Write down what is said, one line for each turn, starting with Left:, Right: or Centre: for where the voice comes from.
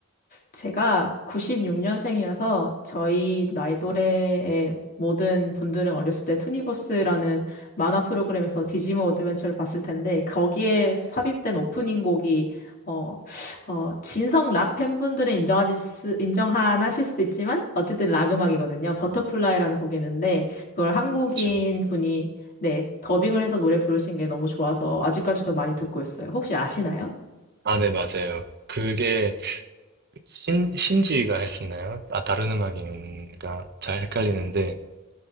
Left: 제가 96년생이라서 저희 나이 또래의 모든 분들은 어렸을 때 투니버스라는 만화 프로그램에서 디지몬 어드벤처를 봤을 텐데 거기에 삽입된 오프닝 곡이 어, 어, 진성 락 팬분들은 인정하실 수, 인정하실 수도 있지만 어쨌든 락 음악이거든요. 버터플라이라는 곡이었는데 그걸 한국인
Right: 그렇죠.
Left: 분이 네, 더빙을 해서 노래 부르신 게 너무 좋아서 아직까지도 많이 듣고 있어요. 혹시 아시나요?
Right: 아, 네, 맞아요. 그게 신, 신지가 했었나요? 아, 다른 음악인가? 잘 헷갈리는데,